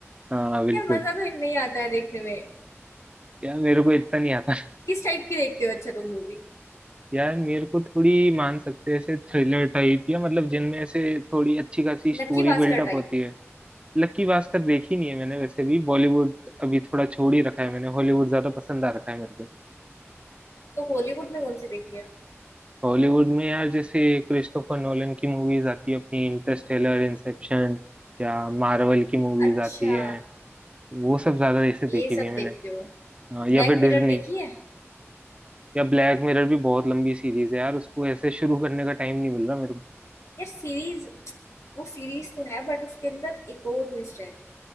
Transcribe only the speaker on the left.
यार मजा तो इनमें ही आता है देखने में
किस टाइप की देखते हो अच्छा तुम मूवी
नक्की भास्कर
टाइप
तो हॉलीवुड में कौन सी देखी है
अच्छा
ये सब
देखते
हो
ब्लैक
मिरर
देखी है
यार सीरीज वो सीरीज तो है बट उसके अंदर एक और ट्विस्ट है